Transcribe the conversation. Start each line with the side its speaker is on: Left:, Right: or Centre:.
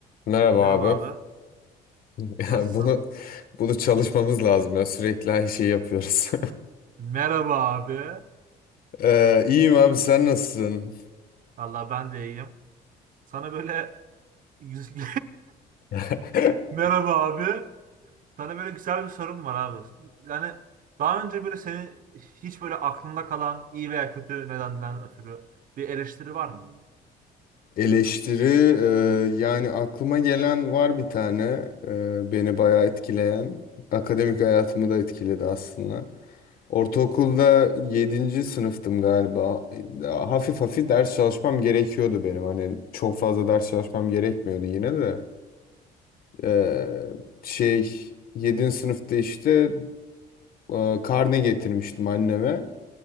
Left: Merhaba
Right: Merhaba
Left: abi.
Right: abi.
Left: <laughs> Ya
Right: Nasılsın?
Left: bunu bunu çalışmamız lazım ya. Sürekli aynı şeyi yapıyoruz.
Right: Merhaba abi.
Left: <laughs> ee, iyiyim abi sen nasılsın?
Right: Allah ben de iyiyim. Sana böyle <laughs>
Left: <laughs>
Right: Merhaba abi. Sana böyle güzel bir sorum var abi. Yani daha önce böyle seni hiç böyle aklında kalan iyi veya kötü nedenden ötürü bir eleştiri var mı?
Left: Eleştiri e, yani aklıma gelen var bir tane e, beni bayağı etkileyen. Akademik hayatımı da etkiledi aslında. Ortaokulda yedinci sınıftım galiba. Hafif hafif ders çalışmam gerekiyordu benim. Hani çok fazla ders çalışmam gerekmiyordu yine de. Ee, şey yedinci sınıfta işte e, karne getirmiştim anneme.